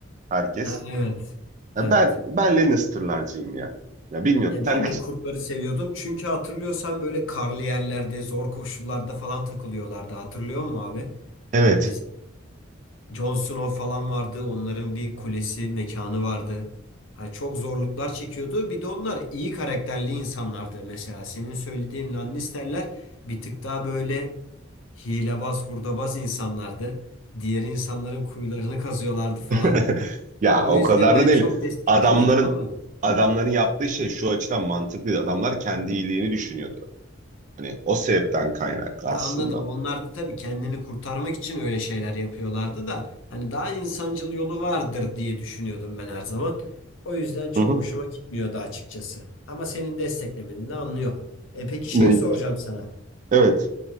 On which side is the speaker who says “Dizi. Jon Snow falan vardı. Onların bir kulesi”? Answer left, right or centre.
Left